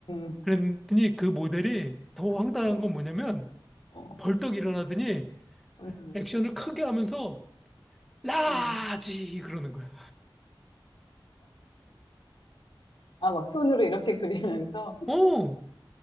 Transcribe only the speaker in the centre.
그랬더니 그 모델이 더 황당한
건 뭐냐면
벌떡 일어나더니
액션을 크게 하면서 라지
그러는 거야.
어,